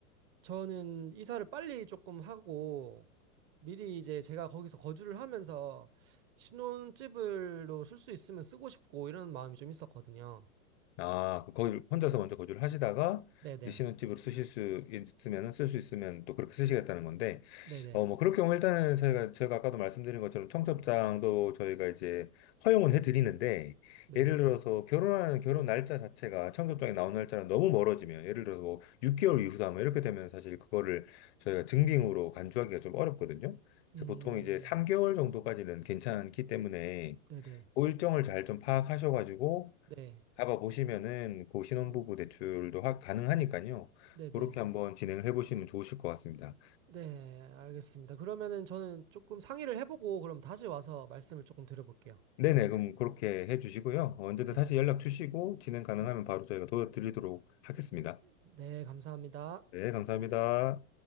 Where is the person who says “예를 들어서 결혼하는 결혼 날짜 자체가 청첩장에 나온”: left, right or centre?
Left